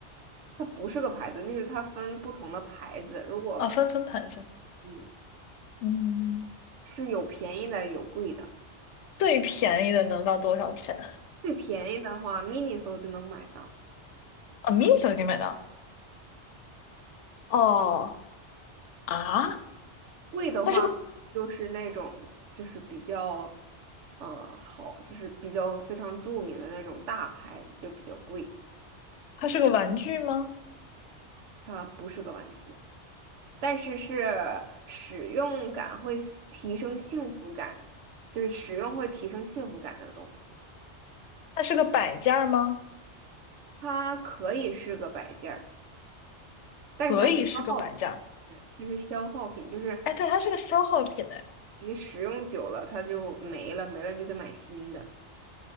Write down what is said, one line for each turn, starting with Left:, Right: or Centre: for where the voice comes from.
Right: 它不是个牌子，就是它分不同的牌子。如果
Left: 啊，分分牌子。
Right: 嗯
Left: 嗯，
Right: 是有便宜的有贵的，
Left: 最便宜的能到多少钱？
Right: 最便宜的话，Miniso 就能买到。
Left: 啊，mini 小就可以买到。哦，啊，
Right: 贵的话，
Left: 它是个
Right: 就是那种就是比较，呃，好，就是比较非常著名的那种大牌子就比较贵，
Left: 它是个玩具吗？
Right: 它不是个玩具，但是是使用感会喜提升幸福感，就是使用会提升幸福感的东西。
Left: 它是个摆件儿吗？
Right: 它可以是个摆件儿，但是它是消耗品，
Left: 可以是个摆件儿。
Right: 它是消耗品，就是
Left: 哎，对，它是个消耗品哎。
Right: 你使用久了它就没了，没了你就得买新的。